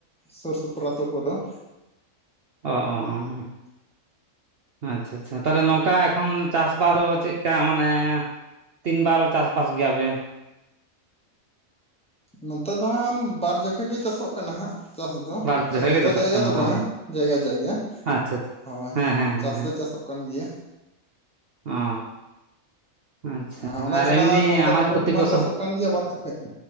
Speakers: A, in the centre; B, on the right.
A: ᱥᱩᱨ ᱥᱩᱯᱩᱨ ᱟᱹᱛᱩ ᱠᱚᱫᱚ ᱾
B: ᱚ - ᱚ - ᱚ ᱟᱪᱪᱷᱟ ᱟᱪᱪᱷᱟ ᱛᱟᱦᱚᱞᱮ ᱱᱚᱝᱠᱟ ᱮᱠᱷᱚᱱ ᱪᱟᱥᱵᱟᱥ ᱫᱚ ᱪᱮᱫᱞᱠᱟ ᱢᱟᱱᱮ ᱛᱤᱱ ᱵᱟᱨ ᱪᱟᱥᱵᱟᱥ ᱜᱮᱭᱟ ᱯᱮ?
A: ᱱᱚᱛᱮ ᱫᱚ ᱦᱟᱸᱜ ᱵᱟᱨ ᱡᱚᱠᱷᱚᱱ ᱜᱮ ᱪᱟᱥᱚᱜ ᱠᱟᱱᱟ ᱦᱟᱸᱜ ᱾ ᱪᱟᱥ ᱫᱚ
B: ᱵᱟᱨ
A: ᱟᱫᱚ
B: ᱡᱚᱠᱷᱚᱡ
A: ᱡᱚᱛᱚ
B: ᱜᱮ ᱪᱟᱥᱚᱜ
A: ᱡᱟᱭᱜᱟ
B: ᱠᱟᱱᱟ
A: ᱫᱚ ᱵᱟᱝ
B: ᱚ
A: ᱟ᱾ ᱡᱟᱭᱜᱟ - ᱡᱟᱭᱜᱟ
B: ᱟᱪᱪᱷᱟ
A: ᱾
B: ᱟᱪᱪᱷᱟ
A: ᱦᱳᱭ
B: ᱦᱮᱸ ᱦᱮᱸ ᱦᱮᱸ
A: ᱪᱟᱥᱫᱚ
B: ᱦᱮᱸ
A: ᱪᱟᱥᱚᱜ ᱠᱟᱱ ᱜᱮᱭᱟ ᱾
B: ᱚ ᱟᱪᱪᱷᱟ
A: ᱟᱨ ᱚᱱᱟ ᱪᱷᱟᱲᱟ
B: ᱮᱢᱱᱤ
A: ᱱᱚᱛᱮ
B: ᱟᱱᱟᱡ
A: ᱦᱩᱲᱩ
B: ᱯᱟᱹᱛᱤ
A: ᱠᱚᱢᱟ
B: ᱠᱚ
A: ᱪᱟᱥᱚᱜ
B: ᱥᱚᱵ
A: ᱠᱟᱱ ᱜᱮᱭᱟ ᱵᱟᱨ ᱪᱚᱠᱷᱮᱡ